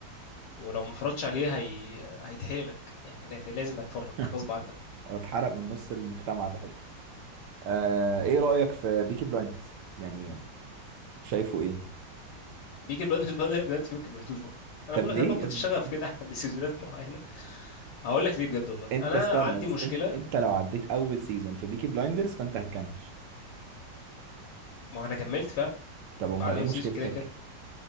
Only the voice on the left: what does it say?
ولو ما اتفرجتش عليه هي... هيتحرق لك يعني كان هيتحرق. لازم هتتفرج
غصب عنك
بيجي البلد بدأ بدأت فيهم كملتوش برضه انا
بقول لك
انا فقدت
الشغف كده <laughs> عند سيزونات معينه هقول لك ليه بجد والله
انا
عندي
مشكله
ما هو انا كملت فعلا
بعد اول
سيزون كده كده